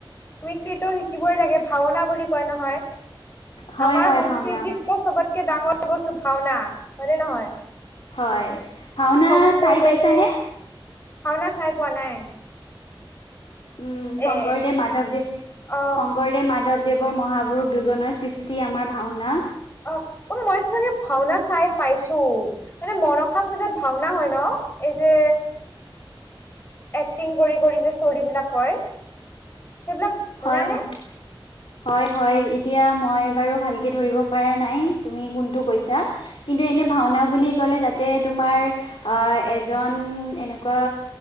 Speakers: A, on the left; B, on the left.
A: মিমিক্ৰিটো শিকিবই লাগে ভাওনা বুলি কয় নহয়
B: হয়
A: আমাৰ
B: হয়
A: সংস্কৃতিতো
B: ভাওনা
A: চবতকে ডাঙৰ বস্তু ভাওনা হয়নে নহয়।
B: হয়, ভাওনা
A: শংকৰদেৱে
B: চাই পাইছানে?
A: ভাওনা চাই পোৱা নাই।
B: উম, শংকৰদেৱ
A: এ
B: মাধৱদেৱ
A: অ
B: শং কৰদেৱ মাধৱদেৱৰ মহাপুৰুষ দুজনৰ সৃষ্টি আমাৰ ভাওনা
A: অ, অ, মই চাগে ভাওনা চাই পাইছো মানে মনসা পূজাত ভাওনা হয় ন, এই যে এক্টিং কৰি কৰি যে ষ্টৰিবলাক কয়, সেইবিলাক ভওনা
B: হয়
A: নে?
B: হয় হয়, হয়, এতিয়া মই বাৰু ভালকে ধৰিব পৰা নাই তুমি কোনটো কৈছা কিন্তু এনে ভাওনা বুলি ক'লে তাতে তোমাৰ অ, এজন এনেকুৱা